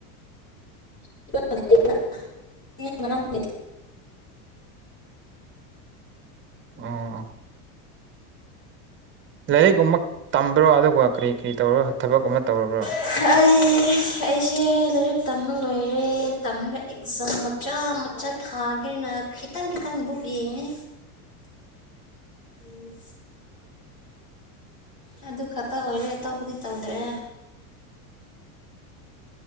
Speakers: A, on the left; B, on the right.
A: <unintelligible>
B: ꯑꯣ ꯂꯥꯏꯔꯤꯛꯀꯨꯝꯕ ꯇꯝꯕ꯭ꯔꯣ ꯑꯗꯨꯒ ꯀꯔꯤ ꯀꯔꯤ ꯇꯧꯔꯣ ꯊꯕꯛ ꯑꯃ ꯇꯧꯔꯕ꯭ꯔꯣ
A: <unintelligible> ꯑꯩꯁꯦ ꯂꯥꯏꯔꯤꯛ ꯇꯝꯕ ꯂꯣꯏꯔꯦ ꯇꯝꯂ ꯑꯦꯛꯖꯥꯝ ꯃꯆꯥ ꯃꯆꯥ ꯊꯥꯒꯦꯅ ꯈꯤꯇꯪ ꯈꯤꯇꯪ ꯕꯨꯛ ꯌꯦꯡꯉꯦ ꯎꯝ ꯑꯗꯨ ꯈꯛꯇ ꯑꯣꯏꯔꯦ ꯑꯇꯣꯞꯄꯗꯤ ꯇꯧꯗ꯭ꯔꯦ